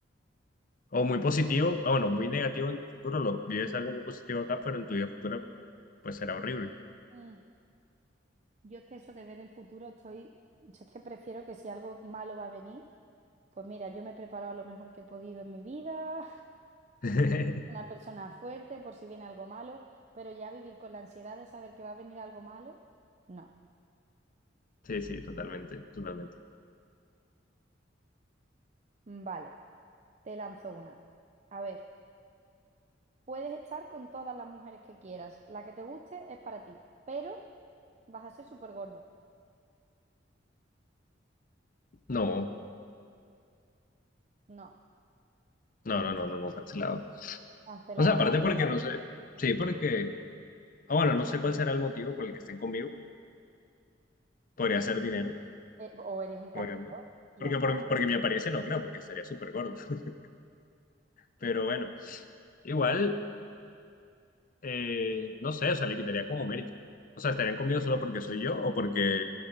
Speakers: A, on the left; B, on the right.
A: o muy positivo, ah, bueno, muy negativo en tu futuro, lo vives algo muy positivo acá, pero en tu vida futura pues será horrible.
B: Mm. Yo es que eso de ver el futuro estoy, yo es que prefiero que si algo malo va a venir, pues mira, yo me he preparado lo mejor que he podido en mi vida,
A: <laughs>
B: <laughs> una persona fuerte por si viene algo malo, pero ya vivir con la ansiedad de saber que va a venir algo malo, no.
A: Sí, sí, totalmente, totalmente.
B: Mm, Vale, te lanzo una. A ver, puedes estar con todas las mujeres que quieras, la que te guste es para ti, pero vas a ser súper gordo.
A: No,
B: No,
A: no, no, no, no, no, cancelado.
B: cancelamos.
A: O sea, aparte porque no sé, sí, porque, ah, bueno, no sé cuál será el motivo por el que estén conmigo. Podría ser dinero,
B: Eh, o eres encantador
A: obviamente.
B: y
A: Porque,
B: ya está.
A: por- porque mi apariencia no creo, porque estaría súper gordo. <laughs> Pero bueno, igual, eh, no sé, o sea, le quitaría como mérito. O sea, estarían conmigo solo porque soy yo o porque